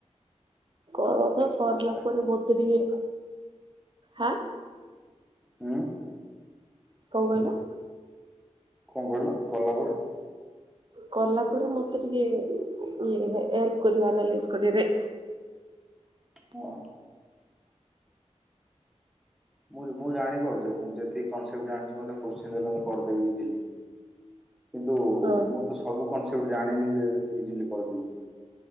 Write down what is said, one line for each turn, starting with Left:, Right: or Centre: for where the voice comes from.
Right: କରିଲା
Centre: ହୁଁ କଣ
Right: ପରେ ବୋତେ ଟିଏ ହାଁ।
Centre: ଉଁ।
Right: କଣ କହିଲ?
Centre: କଣ କହିଲ କକଲା ପରେ?
Right: କଲା ପରେ ମତେ ଟିକେ ଇ ହେଲ୍ପ କରିବ ଆନାଲିସିସ୍ କରିଆରେ।
Centre: ହ। ମୁଁ ମୁଁ ଜାଣିପାରୁଥିଲି ମୁଁ ଯେତିକ କସେପ୍ଟ ଜାଣିଛି ମତେ କୋସଚିନ ଦେଲେ ମୁଁ କରିଦେବି ଇଜିଲି। କିନ୍ତୁ
Right: ହଁ।
Centre: ମୁଁ ତ ସବୁ କନସେପ୍ଟ ଜାଣିନି ଯେ ଇଜିଲି କରିଦେବି।